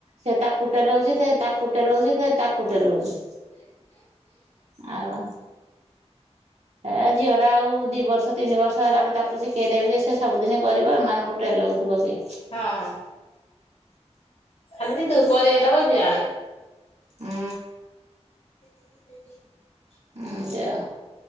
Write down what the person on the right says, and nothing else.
ସେ ତାକୁ ଟେଲଉଛି ସେ ତାକୁ ଟେଲଉଛି ସେ ତାକୁ ଟେଲଉଛି। ଆଉ କଁ ହେ ଝିଅଟା ଆଉ ଦି ବର୍ଷ ତିନି ବର୍ଷ ହେଲା ବେଳକୁ ତାକୁ ଶିଖେଇଦେବି ଯେ ସେ ସବୁଦିନ କରିବ। ଏମାନଙ୍କୁ ପେଲଉଥିବ କିଏ?
ହୁଁ।
ହୁଁ ଦେ